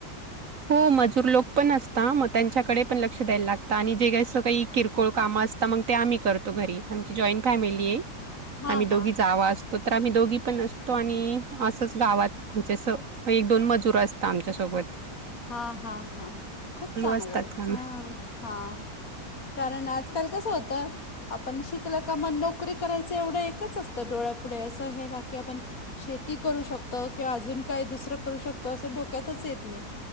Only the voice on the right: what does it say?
हो मजूर लोक पण असता म त्यांच्या तिकडे पण लक्ष द्यायला लागता आणि जे कसं काही किरकोळ कामं असता मंग ते आम्ही करतो घरी. आमची जॉईंन फॅमिली आहे आम्ही
दोघी जावा असतो तर आम्ही दोघी पण अस तो आणि असंच गावात म्हणजे असं एक-दोन मजुर असता आमच्या सोबत.
असतात कामं